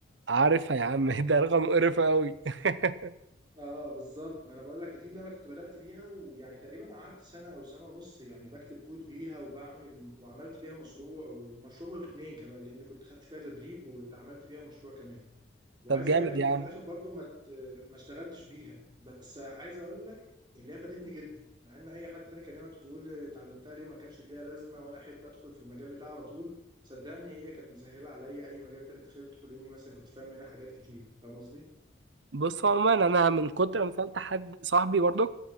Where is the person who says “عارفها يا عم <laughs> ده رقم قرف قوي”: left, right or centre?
Right